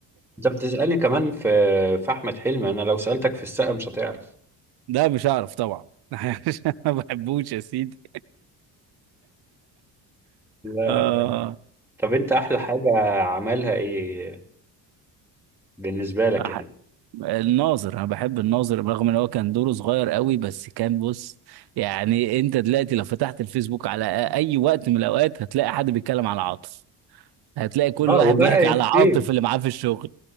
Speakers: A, in the centre; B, on the right.
A: انت بتسألني كمان في في احمد حلمي انا لو سألتك في السقا مش هتعرف
B: <laughs> ده مش هعرف طبعا <laughs> عشان ما بحبوش يا سيدي
A: لا
B: آه
A: طب انت احلى حاجة عملها ايه بالنسبة لك
B: أح-
A: يعني
B: الناظر انا بحب الناظر رغم ان هو كان دوره صغير قوي بس كان بص يعني انت دلوقتي لو فتحت الفيسبوك على اي وقت من الاوقات هتلاقي حد بيتكلم على عاطف هتلاقي كل
A: اه
B: واحد
A: وبقى
B: بيحكي على
A: افيه
B: عاطف اللي معاه في الشغل